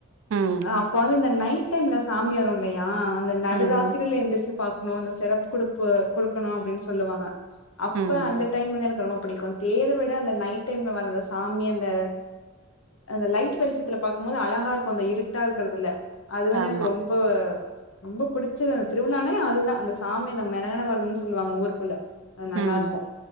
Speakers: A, on the right; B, on the left.
A: ம்
B: ஆ அப்பந்து இந்த நைட் நைட் டைம்ல சாமி வரு இல்லையா அந்த நடு
A: ம்
B: ராத் எந்திரிச்சு பாக்கணு இந்த சிரப்பு குடுப் குடுக்கணு அப்டின்னு சொல்லுவாங்க அப்ப
A: ம் ம்
B: அந்த டைம் வந்து எனக்கு ரொம்ப பிடிக் தேர விட அந்த நைட் டைம்ல வர்ற அந்த சாமி அந்த அந்த லைட் வெளிச்சத்துல பாக்கும்போது அழகா இருக்கு அந்த இருட்டா இருக்குறதுல அது வந்து
A: ஆமா.
B: எனக்கு ரொம்ப ரொம்ப புடிச் சச்ச அந்த திருவிழானே அது தான் அந்த சாமி அந்த மெரவண வரதுன்னு சொல்லுவாங்க ஊருக்குள்ள அது நல்லா
A: ம்.
B: இருக்கோ